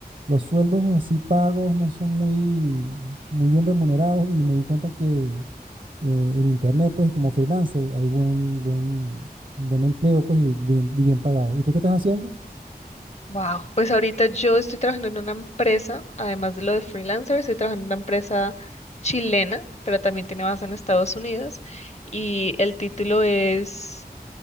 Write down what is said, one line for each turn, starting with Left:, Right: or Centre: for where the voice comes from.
Right: los sueldos así pagos no son muy, muy bien remunerados y me di cuenta que eh, en internet, pues como freelancer, hay buen, buen, buen empleo, pues y bien, y bien pagado. ¿Y tú qué estás haciendo?
Left: wow, pues ahorita yo estoy trabajando en una empresa, además de lo de freelancer, estoy trabajando en una empresa chilena, pero también tiene base en Estados Unidos y el título es